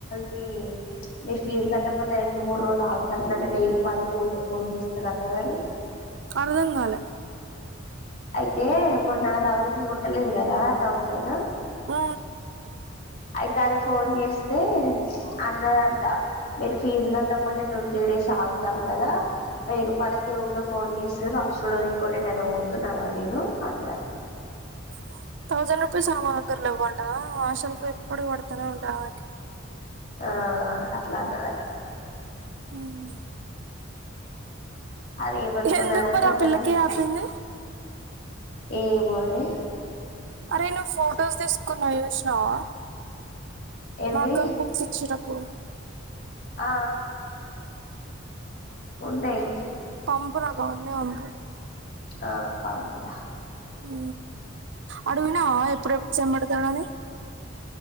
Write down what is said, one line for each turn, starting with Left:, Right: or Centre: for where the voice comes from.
Left: మీ-మీరు ఫీజు కట్టపోతే రెండు మూడు రోజులు ఆగుతాం గని వెయ్యి పలకి ఒక ఫోన్ చేస్తారు అని
Right: అర్ధంకాలే
Left: అయితే మొన్న రవలికి కుట్టలేదు కదా థౌజండ్
Right: ఆ
Left: అయితే అది ఫోన్ చేస్తే అన్నదంట మీరు ఫీజు కట్టకపోతే టూ త్రీ డేస్ ఆగుతం కదా వెయ్యి రూపాయలకి ఊకె ఫోన్ చేస్తరు హాస్టల్ లో పీకోని ఎటైన పోతున్నానా అని నేను అన్నదంట
Right: <inaudible> థౌజండ్ రూపీస్ సామాగ్రిలు ఇవ్వంట హాస్టల్ ఎప్పుడు పడతనే ఉంటాది ఆమెకి
Left: ఆ అట్లా అన్నదట
Right: మ్
Left: అద ఏమనుకున్నదంటె
Right: ఎందుకు మరి ఆ
Left: ఒకవేల
Right: పిల్లకి ఆపింది
Left: ఏ మో నే
Right: అరే నువ్ ఫోటోస్ తీసుకున్నా చూసినావ
Left: ఎవ్వి
Right: మాకు బుక్స్ ఇచ్చారప్పుడు
Left: ఆ ఉన్నాయి
Right: పంపురా గాన్నె పంపు
Left: ఆ పంపుతా
Right: హు అడిగినావ ఎప్పుడు ఎగ్జామ్స్ పెడుతాడు అని